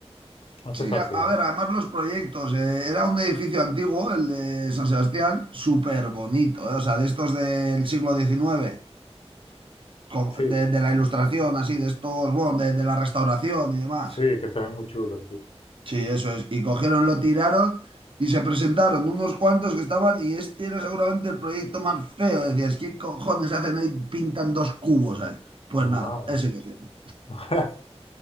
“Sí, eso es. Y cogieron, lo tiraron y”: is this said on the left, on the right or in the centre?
Right